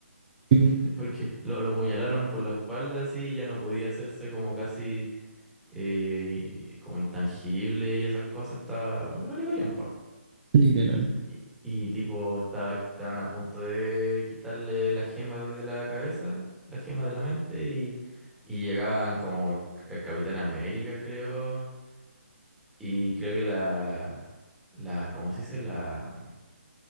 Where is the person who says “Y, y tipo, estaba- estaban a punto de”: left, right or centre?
Centre